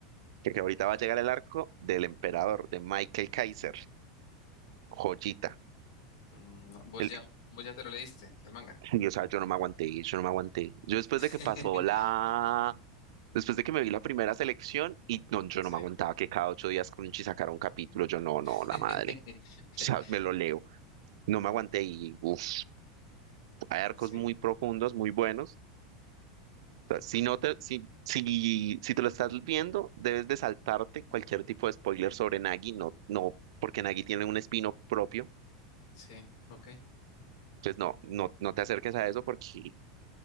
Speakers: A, on the right (about 75°); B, on the left (about 75°).
A: Porque ahorita va a llegar el arco del emperador, de Michael Kaiser. joyita.
B: Mm, no, vos
A: El-
B: ya, vos ya te lo leíste, el manga.
A: <laughs> y, o sea, yo no me aguanté, yo no me aguanté. Yo después
B: <laughs>
A: de que pasó la... Después de que me vi la primera selección y no, yo
B: Sí.
A: no me aguantaba que cada ocho días Crunchy sacara un capítulo. Yo no,
B: <laughs>
A: no, la madre. O sea, me lo leo. No me aguanté y uff, hay arcos
B: Sí,
A: muy profundos, muy buenos. O sea, si no te, si, si, si te lo estás viendo, debes de saltarte cualquier tipo de spoiler sobre Nagi. No, no, porque Nagi tiene un espino propio.
B: sí, ok.
A: Entonces, no, no, no te acerques a eso porque